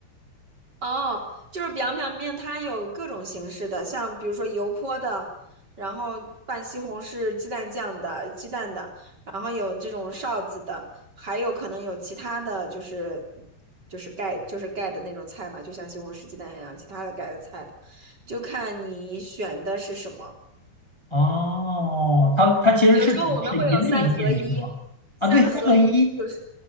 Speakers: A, on the right (about 25°); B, on the left (about 20°).
A: 哦，就是表表面它有各种形式的，像比如说油泼的，然后拌西红柿鸡蛋酱的、鸡蛋的，然后有这种臊子的，还有可能有其他的就是就是盖就是盖的那种菜嘛，就像西红柿鸡蛋一样，其他的盖的菜的，就看你选的是什么。
B: 哦，它它其实是指的是一类面是吗？
A: 有时候我们会有三合一，三合一就是，
B: 啊，对，三合一